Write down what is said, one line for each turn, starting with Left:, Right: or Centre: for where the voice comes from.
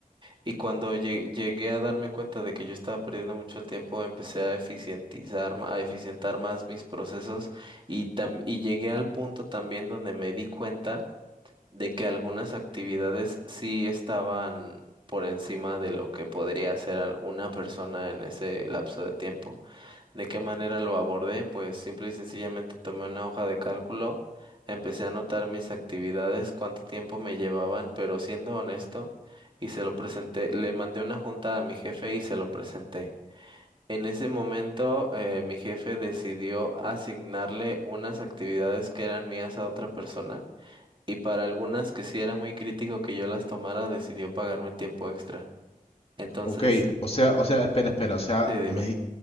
Right: y cuando lle- llegué a darme cuenta de que yo estaba perdiendo mucho el tiempo, empecé a eficientizar, ma- a eficientar más mis procesos y, tam- y llegué al punto también donde me di cuenta de que algunas actividades sí estaban por encima de lo que podría hacer al- una persona en ese lapso de tiempo. ¿De qué manera lo abordé? Pues simple y sencillamente tomé una hoja de cálculo, empecé a anotar mis actividades, cuánto tiempo me llevaban, pero siendo honesto, y se lo presenté, le mandé una junta a mi jefe y se lo presenté. En ese momento, eh, mi jefe decidió asignarle unas actividades que eran mías a otra persona y para algunas que sí era muy crítico que yo las tomara, decidió pagarme tiempo extra. Entonces,
Left: Ok, o sea, o sea, espera, espera, o sea,
Right: sí, dime.
Left: me,